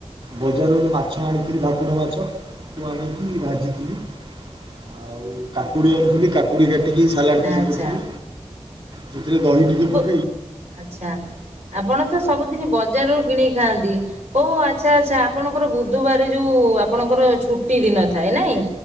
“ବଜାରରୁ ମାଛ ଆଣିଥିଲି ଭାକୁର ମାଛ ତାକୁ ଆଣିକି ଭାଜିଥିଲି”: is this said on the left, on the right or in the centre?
Right